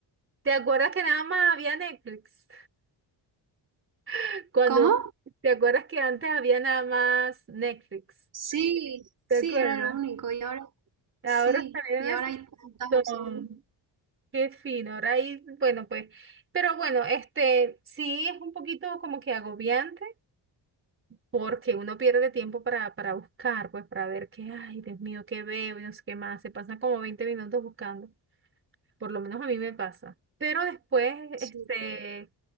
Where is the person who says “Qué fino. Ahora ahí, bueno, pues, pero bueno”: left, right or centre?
Right